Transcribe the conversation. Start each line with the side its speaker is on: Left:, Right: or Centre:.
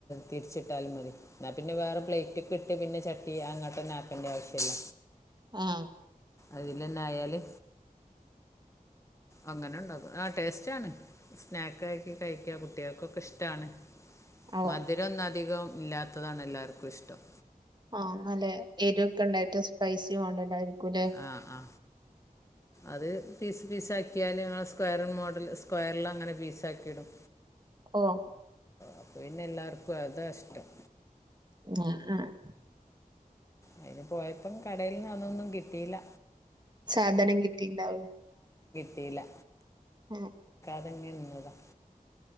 Left: തിരിച്ചിട്ടാലും മതി ന്നാ പിന്നെ വേറെ പ്ലേറ്റ്ക്ക് ഇ ട്ട് പിന്നെ ചട്ടി അങ്ങട്ടെന്നാക്കണ്ട്യ ആവശ്യല്ല
Right: ആഹ്
Left: അതിലെന്നെ ആയാല് അങ്ങനെ ഉണ്ടാകും ആ ടേസ്റ്റ് ആണ് സ്നാക്ക് ആക്കി കഴിക്കാൻ കുട്ടികൾക്കൊക്കെ ഇഷ്ടാണ്
Right: അതെ
Left: മധുരൊന്നധികം ഇല്ലാത്തതാണ് എല്ലാർക്കും ഇഷ്ടം
Right: ആഹ് നല്ല എരിവൊക്കെ ഇണ്ടായിട്ട് സ്പൈസി മോഡൽ ആയിരി ക്കൂലേ
Left: ആ ആ അത് പീസ് പീസ് ആക്കിയാല് ഞങ്ങൾ സ്ക്വൊയർ മോഡൽ സ്ക്വൊയർലങ്ങനെ പീസാക്കിടും
Right: ഓഹ്
Left: അപ്പൊ പിന്നെ എല്ലാർക്കും അതാ ഇഷ്ടം
Right: ആ ആ
Left: അയിന് പോയപ്പം കടയിൽന്ന് അതൊന്നും കിട്ടിയില്ല
Right: സാധനം കിട്ടിണ്ടാവോ
Left: യില്ല
Right: ആഹ്
Left: പങ്ങനെ നിന്നതാ